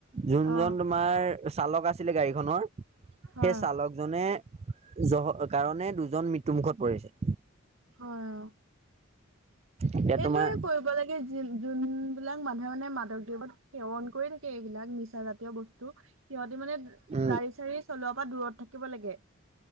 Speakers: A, on the right; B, on the right.
A: যোনজন
B: অ,
A: তোমাৰ চালক আছিলে গাৰি খনৰ
B: হয়
A: সেই
B: অ,
A: চালক দুজনে জহ কাৰণে দুজন মৃত্যুমুখত পৰিছে।
B: হয় অ,
A: এতিয়া
B: সেইটোৱে
A: তোমাৰ
B: কৰিব লাগে যি যোন বিলাক মানুহে মানে মাধকদেৱত সেৱন কৰি থাকে, এইবিলাক নিচা জাতীয় বস্তু। সিহঁতে মানে
A: উম
B: গাড়ী চাড়ী চলোৱাৰ পৰা দূৰত থাকিব লাগে।